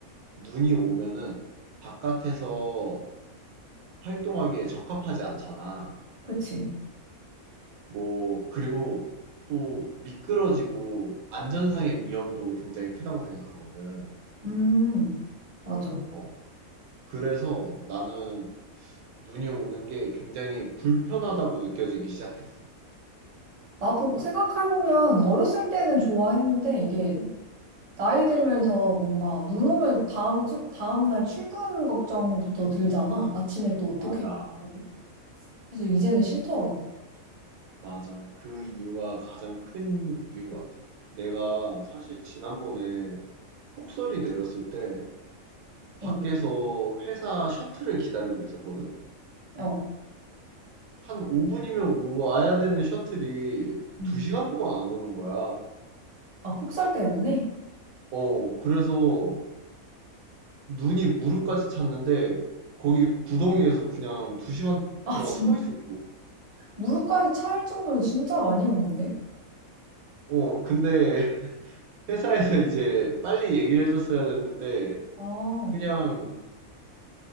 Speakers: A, on the right; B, on the right.
A: 눈이 오면은 바깥에서 활동하기에 적합하지 않잖아.
B: 그치?
A: 뭐 그리고 또 미끄러지고 안전상의 위험도 굉장히 크다고 생각하거든.
B: 음, 맞아.
A: 어. 그래서 나는 눈이 오는 게 굉장히 불편하다고 느껴지기 시작했어.
B: 나도 생각해보면 어렸을 때는 좋아했는데 이게 나이 들면서 뭔가 눈 오면 다음, 출- 다음 날 출근 걱정부터 들잖아. 아침에 또 어떻게
A: 맞아.
B: 보고. 그래서 이제는 싫더라고.
A: 맞아. 그 이유가 가장 큰 이유 같아. 내가 사실 지난번에 폭설이 내렸을 때 밖에서
B: 어,
A: 회사 셔틀을 기다리고 있었거든?
B: 어.
A: 한 5분이면 와야 되는 셔틀이
B: 음.
A: 2시간 동안 안 오는 거야.
B: 아, 폭설 때문에?
A: 어, 그래서 눈이 무릎까지 찼는데 거기 구덩이에서 그냥 두 시간
B: 아,
A: 동안
B: 진짜.
A: 서 있었어.
B: 무릎까지 차일 정도면 진짜 많이 온 건데?
A: 어, 근데 <laughs> 회사에서 이제 빨리 얘기를 해줬어야 됐는데
B: 아, 어,
A: 그냥